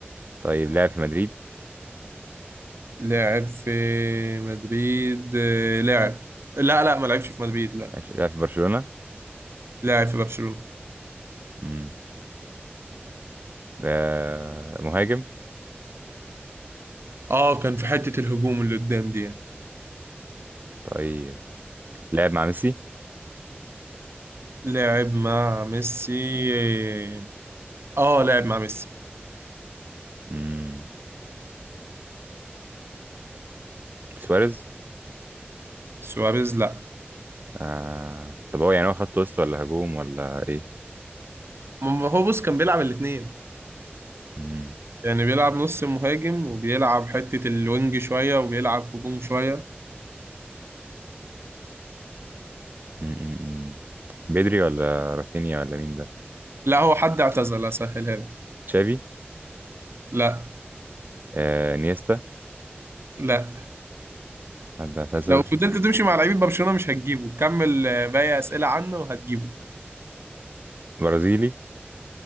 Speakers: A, on the right; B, on the right.
A: طيب لعب في مدريد
B: لاعب في مدريد إيه، لاعب لا لا ما لعبش في مدريد لا
A: عش- لعب في برشلونه
B: لاعب في برشلونة
A: مم. آه مهاجم
B: اه كان في حتة الهجوم اللي قدام دي يعني.
A: طيب لعب مع ميسي
B: لاعب مع ميسي إيه، اه لاعب مع ميسي
A: مم. سواريز
B: سواريز لا
A: آه. طب هو يعني هو خط وسط ولا هجوم ولا ايه
B: ما هو بص كان بيلعب الاثنين
A: مم.
B: يعني بيلعب نص مهاجم وبيلعب حتة الوينج شوية وبيلعب هجوم شوية
A: مم. مم. مم. بدري ولا رافينيا ولا مين ده
B: لا هو حد اعتزل اسهلها لك
A: تشافي
B: لا
A: آه. نيستا
B: لا
A: حد اعتزل
B: لو فضلت تمشي مع لعيبه برشلونه مش هتجيبه كمل آه، باقي اسئله عنه وهتجيبه
A: برازيلي